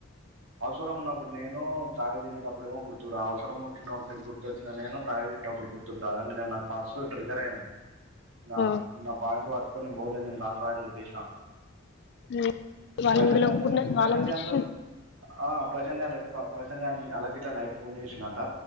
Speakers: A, on the right (about 75°); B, on the left (about 55°).
A: అవసరం ఉన్నప్పుడు నేను తాగి తినేటప్పుడేమో గుర్తుకురాను అవసరమ వచ్చిప్పుడు గుర్తు చిన్న నేను తాగి తినేటప్పుడు గుర్తుకురా అది అంటేనే నాకు పాస్ స్ట్ ట్రిగర్ అయింది నా
B: ఆ
A: నా పాయింట్ పట్ అప్పుడు నేన్ పోలే రాన్ రాన్ అని చెప్పేసిన
B: ఉమ్ వాళ్ళని
A: ప్రశాంత్
B: పిలవకుండా
A: గాని తోనే ప్రశాంత్
B: వాళ్ళని పిలిచి
A: గాంతో ఆ ప్రశాంత్ గా లే ప్రశాంత్ గాడు అలాగ గిట్లా నైట్ ఫోన్ చేసిాంట